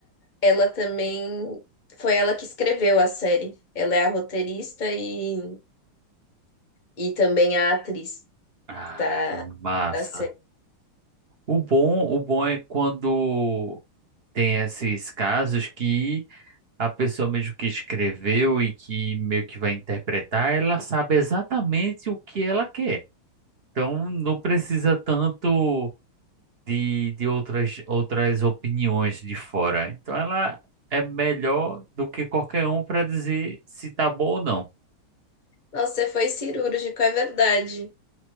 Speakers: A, on the left (about 80°); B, on the right (about 40°).
A: ela também foi ela que escreveu a série. Ela é a roteirista e, e também a atriz
B: Ah,
A: da,
B: massa.
A: da série.
B: O bom, o bom é quando tem esses casos que a pessoa mesmo que escreveu e que meio que vai interpretar, ela sabe exatamente o que ela quer. Então não precisa tanto de, de outras, outras opiniões de fora. Então ela é melhor do que qualquer um para dizer se tá bom ou não.
A: Nossa, você foi cirúrgico, é verdade.